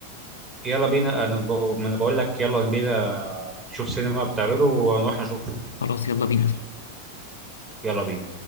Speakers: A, on the right; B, on the left.
A: يلا بينا انا ب... ما انا بقول لك يلا بينا نشوف سينما بتعرضه ونروح نشوف
B: خلاص يلا بينا
A: يلا بينا